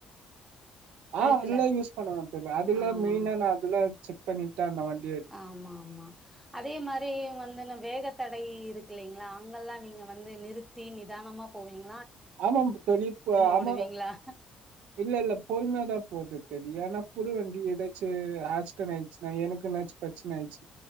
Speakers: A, on the right; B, in the centre.
A: ஆஹ்
B: கழுத்துல
A: அதெல்லா யூஸ் பண்ணுவ தோழி அதுல்லா
B: ஆமாம்
A: மெயினா நா அதெல்லா செக் பண்ணிட்ட வண்டி
B: ஆமா ஆமா அதே மாரி வந்து வேக தடை இருக்குல்லைங்களா அங்கல்லா நீங்க வந்து நிறுத்தி நிதானமா போவீங்க
A: ஆமாம் தோழி ஆமா
B: ஓடுவீங்களா
A: இல்ல ல்ல பொறுமையாதா போகுது தெரியா ஏன்ன புது வண்டி இதை சே ஆஸ்டன் ஆயிச்சுனா எனக்கு என்னாச்சும் பிரச்சன ஆயிச்சு